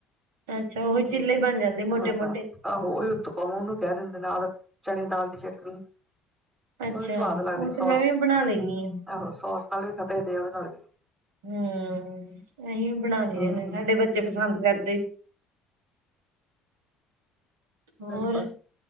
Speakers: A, on the right; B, on the right.
A: ਅੱਛਾ
B: ਹਾਂ-ਹਾਂ
A: ਉਹੀ ਚਿੱਲੇ ਬਣ ਜਾਂਦੇ ਮੋਟੇ ਮੋਟੇ
B: ਆਹੋ, ਉਹੀ ਉਤਪਾਮ ਉਹਨੂੰ ਕਹਿ ਦਿਦੇ ਨਾਲ ਚਣੇ ਦਾਲ ਦੀ ਚਟਨੀ
A: ਅੱਛਾ
B: ਉਹ ਵੀ ਸਵਾਦ ਲੱਗਦੇ,
A: ਉਹ ਤੇ
B: ਸੋਸ
A: ਮੈਂ ਵੀ ਬਣਾ ਲੈਂਦੀ ਹਾਂ
B: ਆਹੋ ਸੋਸ ਨਾਲ ਵੀ ਖਦੇਦੇ ਆ ਉਹਦੇ ਨਾਲ ਵੀ
A: ਹੂ, ਅਸੀ ਬਣਾ
B: ਤੈਨੂੰ
A: ਲੇ ਸਾਡੇ ਬੱਚੇ ਪਸੰਦ ਕਰਦੇ ਹੋਰ
B: ਪਤਾ